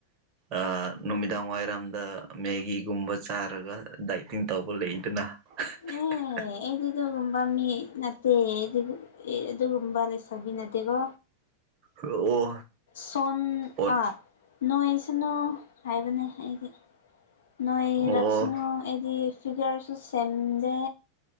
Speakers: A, on the right; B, on the left.
A: ꯑꯥ ꯅꯨꯃꯤꯗꯥꯡ ꯋꯥꯏꯔꯝꯗ ꯃꯦꯒꯤꯒꯨꯝꯕ ꯆꯥꯔꯒ ꯗꯥꯏꯇꯤꯡ ꯇꯧꯕ ꯂꯩꯗꯅ꯫ ꯑꯍ <unintelligible>
B: ꯑꯦ ꯑꯩꯗꯤ ꯑꯗꯨꯒꯨꯝꯕ ꯃꯤ ꯅꯠꯇꯦ ꯑꯩꯗꯤ ꯑꯗꯨꯒꯨꯝꯕ ꯂꯩꯁꯕꯤ ꯅꯠꯇꯦꯀꯣ꯫
A: ꯑꯣ
B: ꯁꯣꯟ
A: ꯑꯣꯟ
B: ꯑꯥ ꯅꯣꯏꯁꯅꯨ ꯍꯥꯏꯕꯅꯦ ꯑꯩꯗꯤ꯫ ꯅꯣꯏꯔꯛꯁꯅꯨ
A: ꯑꯣ
B: ꯑꯩꯗꯤ ꯐꯤꯒꯔꯁꯨ ꯁꯦꯝꯗꯦ꯫